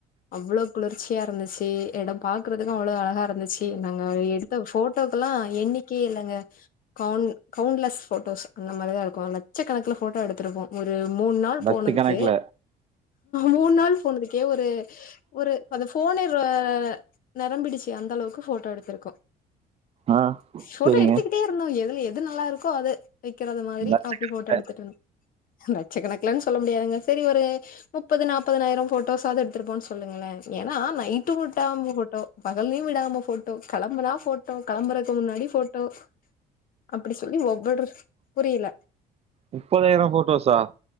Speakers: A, on the left; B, on the right.
A: அவ்ளோ குளிர்ச்சியா இருந்துச்சு எடோ பாக்குறதுக்கு அவ்ளோ அழகா இருந்துச் சு நாங்க எடுத்த போட்டோக்குலா எண்ணிக்கியே இல்லங்க கவுண் கவுண்டலெஸ் போட்டோஸ் அந்த மாரிதா இருக்கு லட்சக்கணக்குலா போட்டோ எடுத் திருப்போ ஒரு மூண் நாள்
B: லட்ச
A: போனதுக்கு
B: கணக்குல
A: மூண் நாள் போனதுக்கே ஒரு ஒரு அந்த ஃபோனே ரோ நெரம்பிடுச்சு அந்த அளவுக்கு போட்டோ எடுத்திருக்கோ
B: ஆ
A: போட்டோ
B: செரிங்க
A: எடுத்துக்கிட்டே இருந்தோ எதுல எது நல்லா இருக்கோ அது வைக்கறது மாதரி
B: லட்சக்கணக்குல
A: அப்டி போட்டோ எடுத்துட்ருந் லட்சக்கணக்கலன்னு சொல்ல முடியாதுங்க செரி ஒரு முப்பது நாப்பதாயிர போட்டோஸாசவுது எடுத்துருப்போ சொல்லுங்களே ஏன்னா நைட் டுவுட்டாம போட்டோ பகலையு விடாம போட்டோ கெளம்புனா போட்டோ கெளம்புறக்கு முன்னாடி போட்டோ அப்டி சொல்லி ஒவ்வொரு புரியில
B: முப்பதாயிரோ போட்டோஸா